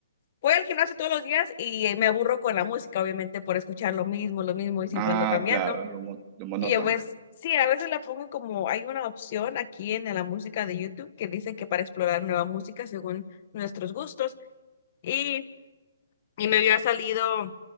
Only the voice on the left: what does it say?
voy al gimnasio todos los días y me aburro con la música, obviamente, por escuchar lo mismo, lo mismo y siempre
ando cambiando.
Y yo pues, sí, a veces la pongo como, hay una opción aquí en la música de YouTube que dice que para explorar nueva música según nuestros gustos. Y, y me había salido,